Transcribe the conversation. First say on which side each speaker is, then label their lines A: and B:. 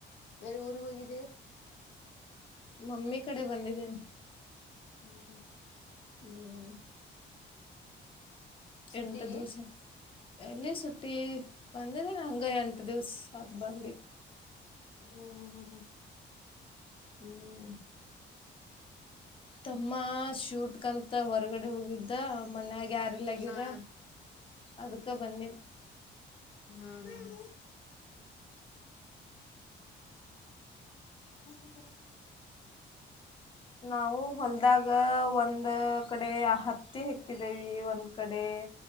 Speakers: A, on the left; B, on the left.
A: ಎಲ್ಲಿ ಊರ್ಗ್ ಹೋಗಿದ್ದೆ.
B: ಮಮ್ಮಿ ಕಡೆ ಬಂದಿದ್ದೇನೆ
A: ಹ್ಮ್ ಹ್ಮ್
B: ಹ್ಮಞ
A: ಸುಟ್ಟಿಗಿ
B: ಎಂಟು ದಿವ್ಸ ಎಲ್ಲಿ ಸುಟ್ಟಿ ಬಂದಿದೆ ಹಂಗ
A: ಹ್ಮ್
B: ಎಂಟು ದಿವ್ಸ ಪತ್ಬಂದಿ
A: ಹ್ಮ್ ಹ್ಮ್ ಹ್ಮ್ ಹ್ಮ್
B: ಹ್ಮ್ ತಮ್ಮ ಶೂಟ್ ಕಂತ ಮತ್ತ ಹೊರಗಡೆ ಹೋಗಿದ್ದ ಮನ್ಯಗ ಯಾರಿಲ್ಲಗರ
A: ಹಾ
B: ಅದಕ್ಕ ಬನ್ನಿ
A: ಹಾ ಹ್ಮ ಹ್ಮ
B: ನಾವು ಹೊಲದಾಗ ಒಂದ್ ಕಡೆ ಹತ್ತಿ ಹೆಕ್ ಹಿದ್ದೇವಿ ಒಂದ ಕಡೆ